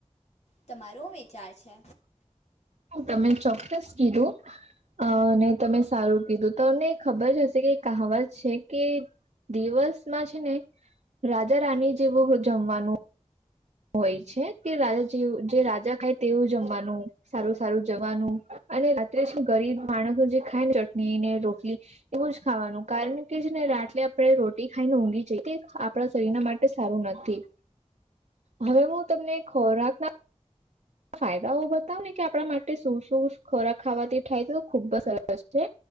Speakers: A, on the left; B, on the right.
A: તમારો વિચાર છે
B: હું તમે ચોક્કસ કીધું અ અને તમે સારું કીધું તમને ખબર જ હશે કે કાવત છે કે દિવસમાં છે ને રાજા રાની જેવું જમવાનું હોય છે કે રાજા જે જે રાજા ખાય તેવું જમવાનું સારું સારું જવાનું અને રાત્રે છે ગરીબ માણસો જે ખાય ને ચટણીને રોટલી એવું જ ખાવાનું કારણ કે છે ને રાતલે આપણે રોટી ખાઈને ઊંઘી જાયએ આપણા શરીરના માટે એ સારું નથી હવે હું તમને ખોરાક ના ફાયદાઓ બતાવ ને કે આપણા માટે શું શું ખોરાક ખાવાથી થાય છે તો ખુબ સરસ છે